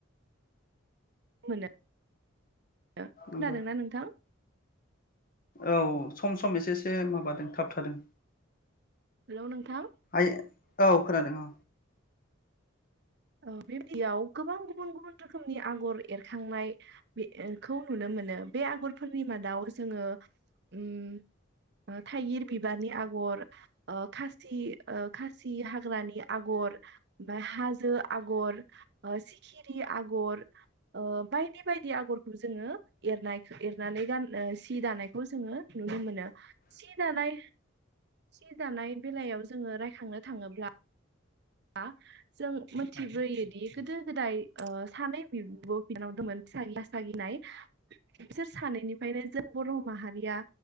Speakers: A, on the right; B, on the left.
A: मोनो खोनादोंना
B: नंगौ
A: नोंथां
B: औ सम सम एसे एसे माबादों थाबथादों
A: हेलौ नोंथां
B: यै औ खोनादों औ
A: ओ बेबायदियाव गोबां गुबुन गुबुन रोखोमनि आगर एरखांनाय बेखौ नुनो मोनो बे आगरफोरनि मादाव जोङो उम ओ थाइगिर बिबारनि आगर ओ खा सि ओ खासि हा हाग्रानि आगर ओमफाय हाजो आग ओ <inaudible> <inaudible> आगर ओ बायदि बायदि आगरखौ जोङो एरनाय एरनानै गान सि दानायखौ जोङो नुनो मोनो सि दानाय सि दानाय बेलायाव जोङो रायखांनो थाङोब्ला <inaudible> जों मिथिबोयोदि गोदो गोदाय ओ सानै बिब' बिनानाव दोंमोन बैसासि आसागि होननाय बिसोर सानैनिफ्रायनो जों बर' माहारिया